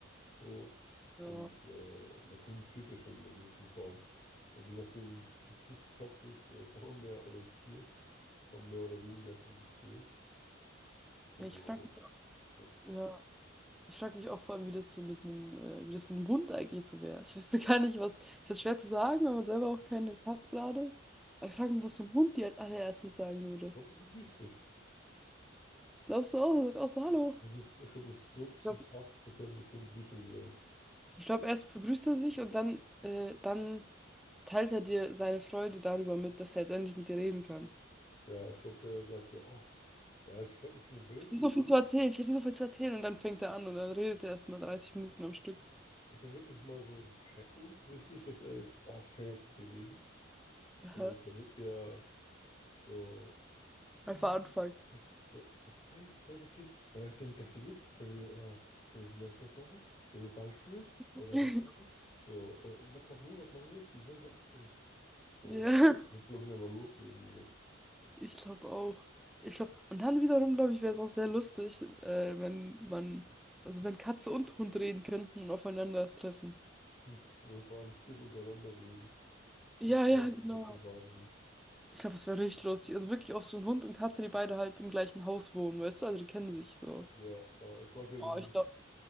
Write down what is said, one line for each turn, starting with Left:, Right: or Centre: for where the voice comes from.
Left: So. Und
Centre: Ja.
Left: äh, man kommuniziert ja schon in einer gewissen Form. Und je nachdem, wie klug die Katze ist, äh, kann man mehr oder das Tier, kann man mehr oder weniger kommunizieren. So,
Centre: Ja, ich frage mich,
Left: ja. Ich
Centre: ja, ich frag mich auch vor allem, wie das so mit einem, äh, wie das mit einem Hund eigentlich so wäre. Ich wüsste <laughs> gar nicht, was. Ist das schwer zu sagen, wenn man selber auch keines hat gerade. Aber ich frage mich, was so ein Hund dir als allererstes sagen würde.
Left: glaube, der begrüßt dich.
Centre: Glaubst du auch? Er sagt auch so, hallo.
Left: Das ist, ich glaube, das ist wirklich
Centre: Ich glaube,
Left: so zu
Centre: glaub,
Left: 80% wird es eine Begrüßung sein.
Centre: ich glaub, erst begrüßt er sich und dann, äh, dann teilt er dir seine Freude darüber mit, dass er jetzt endlich mit dir reden kann.
Left: Ja, ich glaube, der sagt ja, oh, ja, ich glaube nicht nur das,
Centre: Ich hätte so viel zu erzählen, ich hätte so viel zu erzählen und dann fängt er an und dann redet er erstmal 30 Minuten am Stück.
Left: Ich glaube, der wird nicht mal so checken, richtig, dass er jetzt, oh, ich kann jetzt mit dir reden. So,
Centre: <laughs>
Left: der
Centre: Ja,
Left: wird eher so,
Centre: einfach anfangen.
Left: hä, so, so hey, hey, was geht? Äh, können wir Gassi gehen? Können wir, äh, können wir vielleicht das machen? Können wir Ball spielen? Oder
Centre: <laughs>
Left: das machen? So, oder, was machen wir? Was machen wir? Ich bin sehr, sehr aufgeregt. So,
Centre: Ja,
Left: wird, glaube ich, einfach loslegen direkt.
Centre: ich glaube auch. Ich glaube, und dann wiederum, glaube ich, wäre es auch sehr lustig, äh, wenn man, also wenn Katze und Hund reden könnten und aufeinandertreffen.
Left: Und pff, wenn vor allem Tiere untereinander reden.
Centre: Ja,
Left: Das
Centre: ja,
Left: wäre
Centre: genau.
Left: das wär Wahnsinn.
Centre: Ich glaube, es wäre richtig lustig. Also wirklich auch so ein Hund und Katze, die beide halt im gleichen Haus wohnen, weißt du? Also die kennen sich so.
Left: Ja, äh, ich mag ja so,
Centre: Oh, ich glaube,